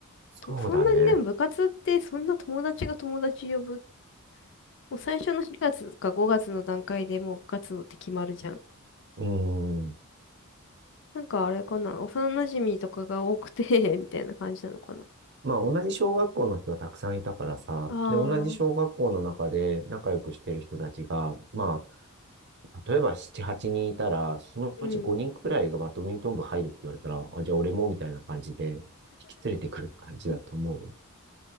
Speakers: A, on the right; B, on the left.
A: そうだね。
B: とそんなにでも部活ってそんな友達が友達呼ぶ。もう最初の4月か5月の段階でもう部活動って決まるじゃん。
A: うーん。
B: なんかあれかな。幼馴染とかが多くて <laughs> みたいな感じなのかな。
A: まあ同じ小学校の人はたくさんいたからさ、
B: ああ。
A: で、同じ小学校の中で仲良くしてる人たちが、まあ、例えば7、8人いたら、そのうち5人くらいがバドミントン部入るって言われたら、
B: うん。
A: あ、じゃあ俺もみたいな感じで引き連れてくる感じだと思うよ。
B: <laughs>